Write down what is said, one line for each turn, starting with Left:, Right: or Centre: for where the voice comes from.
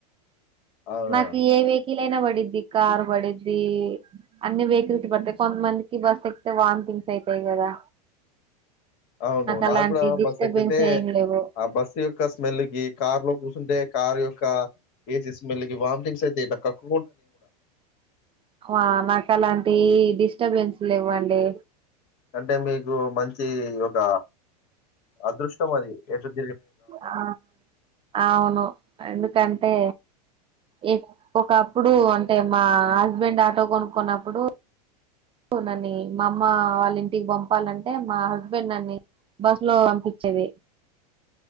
Left: అవునా?
Right: నాకు ఏ వెకిలైయినా పడిద్ది కార్ పడిద్ది అన్ని వెహికల్స్ పడతాయి, కొంత మందికి బస్ ఎక్తే వార్న్థింగ్స్ అయితయి గదా.
Left: అవును,
Right: అలాంటి
Left: నా కూడా
Right: డిస్టర్బెన్స్
Left: బస్ ఎక్కితే
Right: ఏం లేవు
Left: ఆ బస్సు యొక్క స్మెల్ కి కార్ లో కూ. తుంటే కారు యొక్క ఏసీ స్మెల్ కి వామిటింగ్స్ అయితే ఇట్లా కక్కు
Right: ఆ నాకలాంటి డిస్టర్బెన్స్ల లేవ్వండి.
Left: అంటే మీకు మంచి ఒక అదృష్టం అది ఎం. <unintelligible>
Right: ఆ అవును ఎందుకంటే ఎ ఒకప్పుడు అంటే మా హస్బెండ్ ఆటో కొనుకున్నప్పుడు. <inaudible> నన్ని మా అమ్మ వాళ్ళి ఇంటికి పంపాలంటే మా హస్బెండ్ నన్ని. బస్ లో అంపిచేది